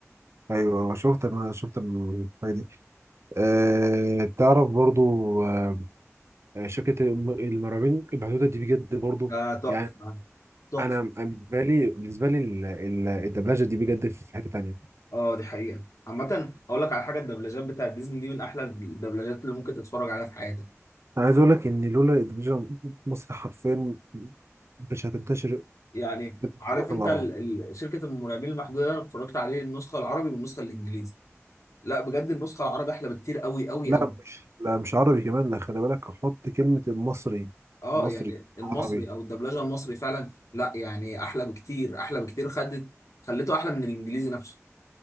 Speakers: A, on the right (about 60°); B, on the left (about 80°).
A: ايوه شفت انا شفت الحاجه دي آه تعرف برضو آه، آه، شركة الم- المرعبين البحدودة دي بجد برضو
B: ده تحفه
A: يعني
B: تحفه
A: أنا أنا بالنسبة لي بالنسبة لي ال- ال- الدبلجة دي بجد في حتة تانية
B: اه دي حقيقة عامة هقول لك على حاجة الدبلجات بتاعت ديزني دي من أحلى الدبلجات اللي ممكن تتفرج عليها في حياتك
A: أنا عايز أقول لك إن لولا الدبلجة مصر حرفيا ما كانتش هتنتشر
B: يعني
A: كده
B: عارف
A: في الوطن
B: أنت
A: العربي
B: ال... ال... شركة المرعبين المحدودة ده، أنا اتفرجت عليه النسخة العربي والنسخة الإنجليزي لا بجد النسخة العربي أحلى بكتير قوي قوي
A: لا
B: قوي
A: مش لا مش عربي كمان لا خلي بالك حط كلمة المصري
B: اه
A: مصري
B: يعني المصري
A: عربي
B: أو الدبلجة المصري فعلا لا يعني أحلى بكتير أحلى بكتير خدت خلته أحلى من الإنجليزي نفسه